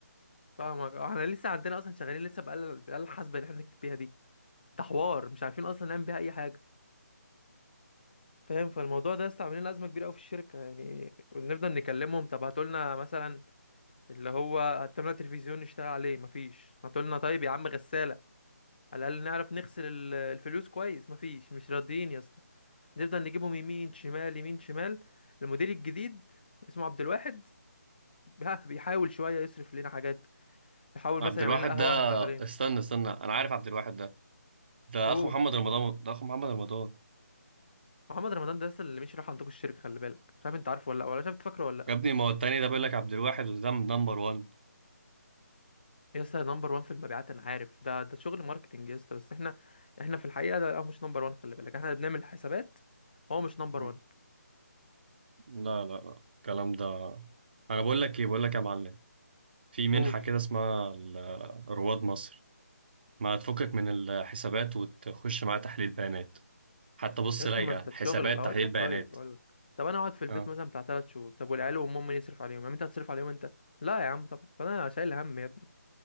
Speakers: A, on the left (about 35°); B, on the right (about 35°).
A: فاهمك اه، احنا لسه عندنا اصلا شغالين لسه بآلة الآلة الحاسبة اللي احنا بنكتب بيها دي ده حوار مش عارفين اصلا نعمل بيها اي حاجة فاهم فالموضوع ده لسه عاملين ازمه كبيره قوي في الشركه يعني بنفضل نكلمهم طب هاتوا لنا مثلا اللي هو هاتوا لنا تلفزيون نشتغل عليه مفيش هاتوا لنا طيب يا عم غساله على الاقل نعرف نغسل ال- الفلوس كويس مفيش مش راضيين يا اسطى نفضل نجيبهم يمين شمال يمين شمال المدير الجديد اسمه عبد الواحد ها بيحاول شويه يصرف لنا حاجات بيحاول
B: عبد
A: مثلا
B: الواحد
A: يعمل لنا قهوه
B: ده
A: واحنا شغالين
B: استنى استنى انا عارف عبد الواحد ده ده
A: قول
B: اخو محمد رمضان ده اخو محمد رمضان
A: محمد رمضان ده لسه اللي مش راح عندكم الشركه خلي بالك مش عارف انت عارفه ولا لأ، ولا شايف فاكره ولا لأ.
B: يا ابني ما هو التاني ده بيقول لك عبد الواحد وده نمبر 1
A: يا اسطى نمبر 1 في المبيعات انا عارف ده ده شغل ماركتنج يا اسطى بس احنا احنا في الحقيقه ده هو مش نمبر 1 خلي بالك احنا اللي بنعمل حسابات هو مش نمبر
B: مم.
A: 1
B: لا لا لا الكلام ده انا بقول لك ايه بقول لك يا معلم في منحة
A: قول
B: كده اسمها ال- رواد مصر ما تفكك من الحسابات وتخش معاها تحليل بيانات حتى بص
A: يا اسطى
B: لايقة
A: ما انت الشغل
B: حسابات
A: هقول
B: تحليل
A: لك
B: بيانات
A: طيب هقول لك طب انا اقعد في البيت
B: اه
A: مثلا بتاع 3 شهور طب والعيال وامهم مين يصرف عليهم يعني انت هتصرف عليهم انت لا يا عم طبعا فانا شايل هم يا ابني